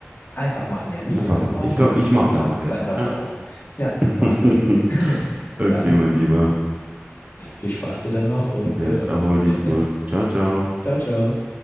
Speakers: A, on the left; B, on the right.
A: Einfach machen, ja. Nicht
B: Einfach
A: hinterfragen.
B: machen. Ich glaube,
A: Wenn du keinen
B: ich
A: Bock
B: mache es
A: mehr
B: einfach
A: hast,
B: jetzt.
A: dann hörst
B: ja?
A: du auf. Ja,
B: <laughs>
A: mach das. <laughs>
B: Okay,
A: Dann
B: mein Lieber.
A: viel Spaß dir dann noch und
B: Yes,
A: wir hören
B: erhol
A: uns
B: dich
A: dann, ne?
B: gut. Ciao, ciao.
A: Ciao, ciao.